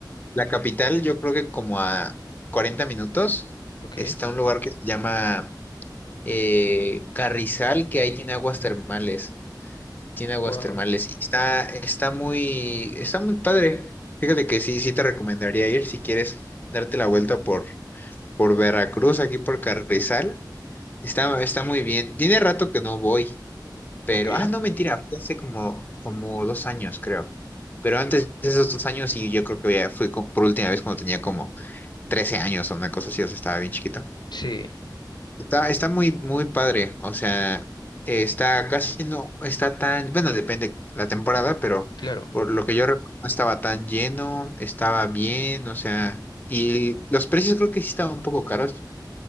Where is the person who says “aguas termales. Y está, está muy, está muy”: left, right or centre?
Left